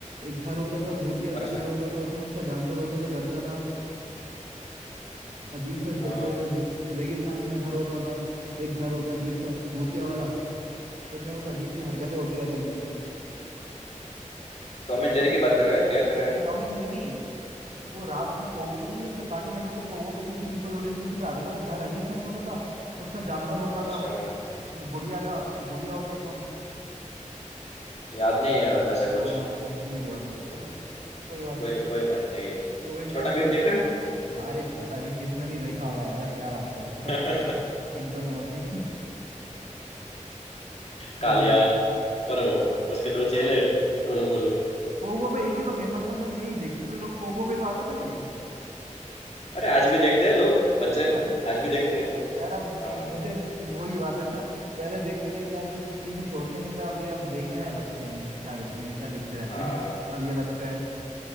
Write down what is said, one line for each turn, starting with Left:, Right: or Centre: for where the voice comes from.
Right: एक घर होता था भूतिया
Left: कौन
Right: सा घर
Left: सा
Right: होता था उसमें उसका जानवर होता था डरता था अजीब सा
Left: अ,
Right: ज- पूरा ज- रेगिस्तान में घर होता था एक घर होता अजीब सा भूतिया वाला कुछ ना कुछ अजीब सी हरकतें होती रहती थी
Left: टॉम
Right: याद
Left: एंड जेरी
Right: है देखो
Left: की बात कर रहा है क्या कर रहा
Right: नहीं
Left: है
Right: टॉम एंड जेरी नहीं वो रात में पोगो पता नहीं कार्टून नेटवर्क को पोगो पे किसी निकोलोडियन किसी पे आता था वो घर अजीब सा नहीं होता था उसका जानवर होता
Left: अच्छा
Right: था उस बुढ़िया का बुढ़िया होता है कौन
Left: याद नहीं है ऐसा
Right: यार
Left: कुछ
Right: हाँ, भूल गए हो तुम चलो कोई बात
Left: कोई
Right: नहीं
Left: कोई बात नहीं
Right: तो वे काम
Left: छोटा
Right: करते
Left: भीम देखा
Right: हैं
Left: है
Right: हाँ अरे छोटा भीम किसने नहीं देखा होगा यार क्या बात करते हो
Left: <laughs>
Right: टुनटुन मौसी
Left: कालिया
Right: हम्म
Left: और
Right: हाँ,
Left: उसके दो
Right: सब
Left: चेले ढोलू भोलू
Right: पोगो पे एक ही तो फेमस था शायद यही देखते थे लोग पोगो पे तो आता था ये
Left: अरे आज भी देखते हैं लोग बच्चे
Right: अभी
Left: आज भी देखते
Right: अरे
Left: हैं
Right: तो यार अब
Left: हाँ
Right: मुझे न- वही बात है ना पहले देखते थे एक टाइम पे टीवी छोड़ते नहीं थे अब ये अब देखना है बच्चे हैं क्या देखते हैं ये क्या देखते रहते
Left: हाँ
Right: हैं अब ये लगता है